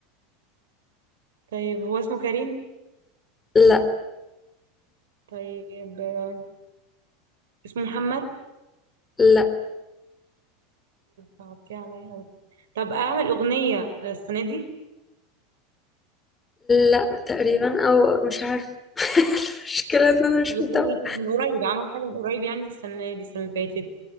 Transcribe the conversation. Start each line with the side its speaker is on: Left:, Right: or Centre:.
Right: طيب هو اسمه كريم
Left: <laughs> لا
Right: طيب آه، اسمه محمد
Left: لا
Right: صعبتيه عليا أوي طب اعمل اغنيه السنه دي
Left: لا تقريبا أو مش عارفة <laughs> المشكلة إن أنا مش
Right: طب السنه
Left: متابعة
Right: اللي فاتت- من قريب عمل حاجه من قريب يعني السنه دي السنه اللي فاتت